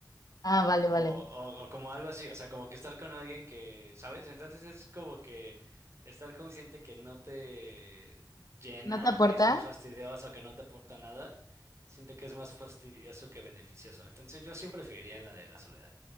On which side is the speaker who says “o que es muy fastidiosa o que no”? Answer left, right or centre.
Right